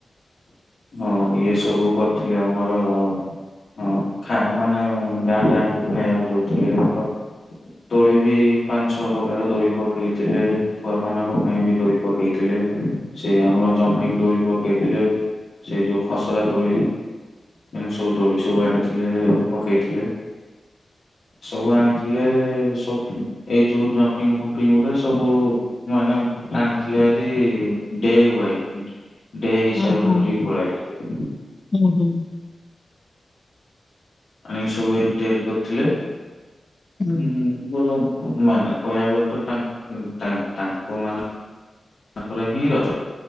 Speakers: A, on the left; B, on the left.
A: ହଁ ଇଏ ସବୁ କରିଥିଲେ ଆମର ଅ-ଅ ହଁ ଥା ମାନେ ଗାଁ ଟାଙ୍କୁ ଖାଇବାକୁ ଦଉଥିଲେ ପ ଦୋଳି ବି ପାଞ୍ଚ ଛଅ ପ୍ରକାର ଦୋଳି ପକେଇଥିଲେ ଛୁଆ ମାନଙ୍କ ପାଇଁ ବି ଦୋଳି ପକେଇଥିଲେ ସେ ଆମର ଜମ୍ପିଂ ଦୋଳି ପକେଇଥିଲେ। ସେଇ ଯୋଉ ଖସରା ଦୋଳି ଏ ସବୁ ଦୋଳି ସବୁ ଆଣିଥିଲେ ପକେଇଥିଲେ। ସବୁ ଆଣିଥିଲେ ସବ ଏଇ ଯୋଉ ଜମ୍ପିଙ୍ଗ ଫମ୍ପିଙ୍ଗରେ ସବୁ ମାନେ ଆଣିଥିଲେ ହେରି ଡେୱାଇ। ଡେ ହିସାବରେ
B: ହୁଁ ହୁଁ
A: ଧରିିକି ପାଳଆଇଥିଲେ।
B: ହୁଁ ହୁଁ
A: ଆଣିକି ସବୁ ଏନ ତିଆରି କରିଥିଲେ
B: ହୁଁ
A: ଉମ
B: ହୁଁ
A: ବଡ ଆମ ମାନେ କହିବାକୁ ଗଲେ ତ ତାଙ୍କ ତାଙ୍କ ମାନେ ତାଙ୍କର ହିଁ ରଜ